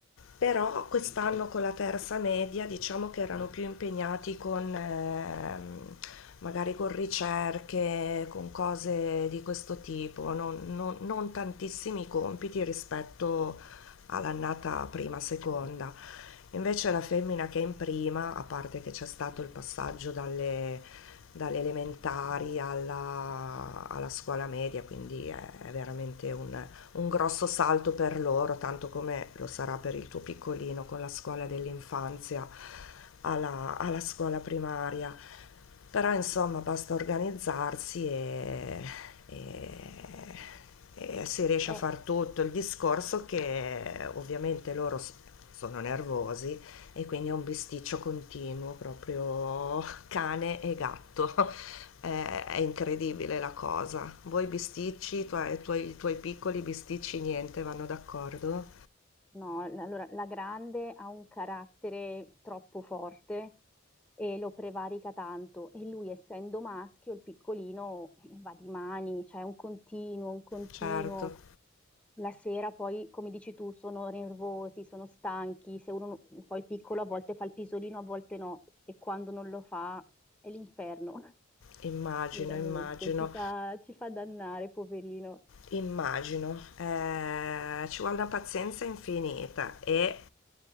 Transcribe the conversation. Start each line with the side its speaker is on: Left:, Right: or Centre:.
Left: però quest'anno con la terza media diciamo che erano più impegnati con, ehm, magari con ricerche, con cose di questo tipo, non, non- non tantissimi compiti rispetto all'annata prima, seconda. Invece la femmina che è in prima, a parte che c'è stato il passaggio dalle, dalle elementari alla, alla scuola media, quindi è, è veramente un, un grosso salto per loro, tanto come lo sarà per il tuo piccolino con la scuola dell'infanzia alla, alla scuola primaria. Però insomma basta organizzarsi e, e- e si riesce
Centre: Eh,
Left: a far tutto. Il discorso che ovviamente loro s- sono nervosi e quindi è un bisticcio continuo, proprio cane e gatto. È, è incredibile la cosa. Voi bisticci, tu- i tuoi, i tuoi piccoli bisticci, niente, vanno d'accordo?
Centre: No, l- allora la grande ha un carattere troppo forte e lo prevarica tanto e lui essendo maschio, il piccolino eh, va di mani, cioè è un continuo, un continuo.
Left: Certo,
Centre: La sera poi, come dici tu, sono nervosi, sono stanchi, se uno, non- poi il piccolo a volte fa il pisolino, a volte no e quando non lo fa è l'inferno,
Left: immagino,
Centre: <laughs> veramente,
Left: immagino,
Centre: ci fa, ci fa dannare, poverino.
Left: immagino. Eh, ci vuole una pazienza infinita e